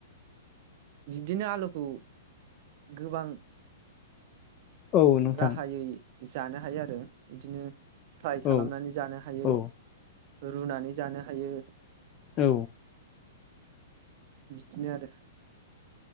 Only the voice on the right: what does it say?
बिब्दिनो आलुखौ गोबां
राहायै जानो हायो आरो बिदिनो फ्राय खालामनानै
जानो हायो।
रुनानै जानो हायो।
बिदिनो आरो